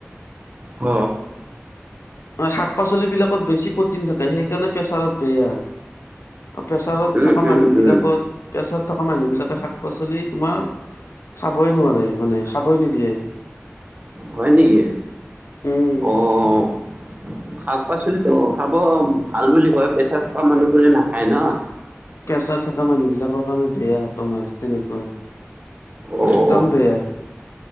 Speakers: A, on the right; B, on the left.
A: হ
B: মা শাক পাচলিবিলাকত বেছি প্ৰটিন থাকে সেইকাৰণে প্ৰেচাৰত বেয়া। প্ৰেছাৰত
A: উম
B: থকা
A: উম
B: মানুহবিলাকত
A: উম
B: পেছাৰ থকা মানুহবিলাকে শাক পাচলি তোমাৰ খাবই নোৱাৰে মানে খাবই নিদিয়ে।
A: হয় নেকি?
B: উম।
A: অ শাক পাচলিতো খাব ভাল বুলি কয়, প্ৰেছাৰ থকা মানুহবোৰে নাখায় না।
B: প্ৰেচাৰ থকা মানুহবিলাকৰ কাৰণে বেয়া তোমাৰ তেনেকুৱা,
A: অ',
B: একদম বেয়া।